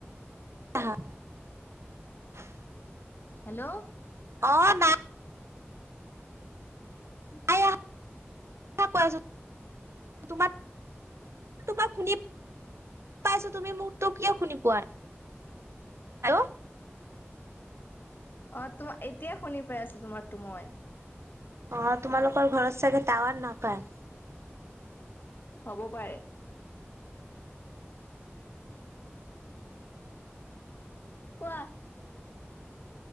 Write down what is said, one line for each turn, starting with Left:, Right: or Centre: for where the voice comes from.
Right: <unintelligible>
Left: হেল্ল'
Right: অ নাই
Left: উ
Right: আহা কৈ আছো তোমাৰ তোমাৰ শুনা পাইছো তুমি মোৰত কিয় শুনি পোৱা নাই‌‌? আৰু
Left: অ তোমাৰ এতিয়া শুনি পাই আছো তোমাৰটো মই।
Right: অ তোমালোকৰ ঘৰত চাগে টাৱাৰ নাপায়
Left: হ'ব পাৰে কোৱা